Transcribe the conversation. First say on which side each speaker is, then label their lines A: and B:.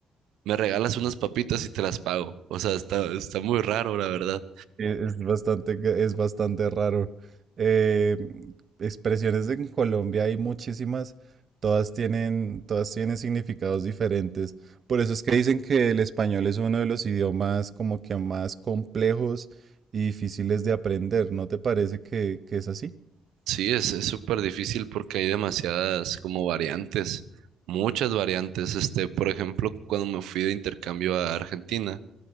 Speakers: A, on the right; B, on the right.
A: me regalas unas papitas y te las pago. O sea, está, está muy raro, la verdad.
B: Eh, Es bastante, ca- es bastante raro. Eh, expresiones en Colombia hay muchísimas, todas tienen, todas tienen significados diferentes. Por eso es que dicen que el español es uno de los idiomas como que más complejos y difíciles de aprender. ¿No te parece que, que es así?
A: Sí, es, es súper difícil porque hay demasiadas como variantes, muchas variantes. Este, por ejemplo, cuando me fui de intercambio a Argentina,